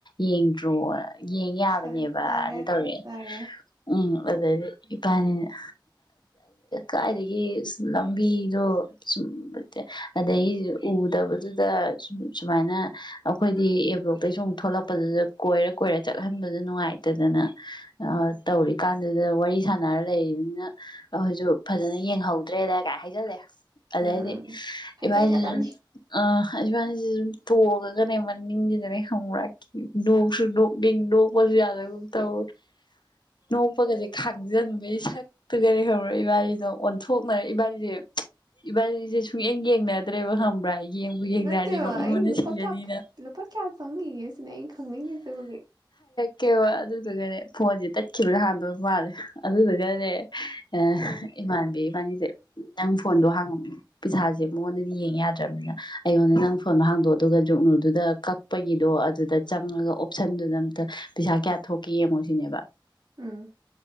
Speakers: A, on the left (about 65°); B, on the right (about 55°).
A: ꯌꯦꯡꯗ꯭ꯔꯣ ꯌꯦꯡ ꯌꯥꯕꯅꯦꯕꯅ
B: ꯐꯖꯔꯦ
A: ꯇꯧꯔꯦꯡꯛ
B: ꯐꯖꯔꯦ
A: ꯎꯝ ꯑꯗꯩꯗꯤ ꯏꯄꯥꯅꯤꯅ ꯀꯥꯏꯏꯗꯒꯤ ꯂꯝꯕꯤꯗꯣ ꯁꯨꯝ ꯑꯗꯗꯒꯤ ꯎꯗꯕꯗꯨꯗ ꯁ ꯁꯨꯃꯥꯏꯅ ꯑꯩꯈꯣꯏꯗꯤ ꯑꯦꯞꯂꯣꯛꯇꯩ ꯁ ꯑꯃꯨꯛ ꯊꯣꯛꯂꯛꯄꯗꯨꯗ ꯀꯣꯏꯔ ꯀꯣꯏꯔ ꯑꯗꯩ ꯑꯗꯕꯨꯗꯨꯗ ꯑꯨꯝꯃꯥꯏꯅ ꯆꯠꯍꯟꯕꯗ ꯅꯨꯡꯉꯥꯏꯇꯗꯅ ꯇꯧꯔꯤꯀꯥꯟꯗꯨꯗ ꯋꯥꯔꯤ ꯁꯥꯟꯅꯔ ꯂꯩꯅꯤꯅ ꯑꯩꯈꯣꯏꯁꯨ ꯐꯖꯅ ꯌꯦꯡꯍꯧꯗ꯭ꯔꯦꯗ ꯀꯥꯏ ꯍꯥꯏꯖꯜꯂꯦ ꯑꯗꯩꯗꯤ
B: ꯎꯝ ꯍꯥꯏꯖꯤꯟꯒꯗꯕꯅꯤ
A: ꯏꯕꯥꯅꯤ ꯑꯤ ꯑ ꯍꯥꯏꯕꯥ ꯁꯨꯝ ꯇꯣꯛꯉꯒꯅꯦ ꯃꯅꯤꯡꯁꯤꯗꯅꯦ ꯈꯪꯕꯨꯔ ꯅꯣꯛꯁꯨ ꯇꯣꯡꯉꯒꯅꯦ ꯃꯅꯤꯡꯁꯤꯗ ꯅꯣꯛꯁꯨ ꯅꯣꯛꯅꯤꯡ ꯅꯣꯛꯄꯁꯨ ꯌꯥꯗꯒꯨꯝ ꯇꯧ ꯅꯣꯛꯄꯒꯗꯤ ꯈꯥꯡꯖꯤꯟꯕꯒꯤ ꯁꯛꯇꯨꯒꯅꯦ ꯈꯪꯕꯨꯔ ꯏꯕꯥꯅꯤꯅ ꯑꯣꯟꯊꯣꯛꯅꯔ ꯏꯕꯥꯂꯤꯁꯦ ꯏꯕꯥꯂꯤꯁꯦ ꯁꯨꯛꯌꯦꯡ ꯌꯦꯡꯅꯗ꯭ꯔꯦꯕ ꯈꯪꯕ꯭ꯔꯥ ꯌꯦꯡꯅꯔꯗꯤ
B: ꯅꯠꯇꯦꯕ
A: ꯅꯣꯛꯅꯤꯡꯕꯅ
B: ꯑꯩ ꯂꯨꯄꯥ
A: ꯁꯤꯔꯅꯤꯅ
B: ꯀꯌꯥ ꯂꯨꯄꯥ ꯀꯌꯥ ꯆꯪꯉꯒꯦꯁꯤꯅꯦ ꯑꯩꯅꯤ ꯈꯪꯅꯤꯡꯏꯁꯦ ꯍꯩꯖꯤꯛ
A: ꯀꯦꯕ ꯑꯗꯨꯗꯨꯒꯅꯦ ꯐꯣꯟꯁꯦ ꯇꯠꯈꯤꯕꯅ ꯍꯥꯟꯗꯣꯏ ꯃꯥꯜꯂꯦ ꯑꯗꯨꯗꯨꯒꯅꯦ ꯑ
B: ꯎꯝ
A: ꯏꯃꯥꯟꯅꯕꯤ ꯏꯕꯥꯅꯤ ꯅꯪ ꯐꯣꯟꯗꯣ ꯍꯥꯡꯉꯝꯅꯤ ꯄꯩꯁꯥꯁꯦ ꯃꯉꯣꯟꯗꯗꯤ ꯌꯦꯡ ꯌꯥꯗ꯭ꯔꯕꯅꯤꯅ ꯑꯩꯉꯣꯟꯗ ꯅꯪ ꯐꯣꯟꯗꯣ ꯍꯥꯡꯗꯣꯛ ꯑꯗꯨꯒ ꯖꯨꯛꯅꯨꯗꯨꯗ ꯀꯛꯄꯒꯤꯗꯣ ꯑꯗꯨꯗ ꯆꯪꯉꯒ ꯑꯣꯞꯁꯟꯗꯨꯗ ꯑꯝꯇ ꯄꯩꯁꯥ ꯀꯌꯥ ꯊꯣꯛꯀꯦ ꯌꯦꯡꯉꯣ ꯁꯤꯅꯦꯕ
B: ꯎꯝ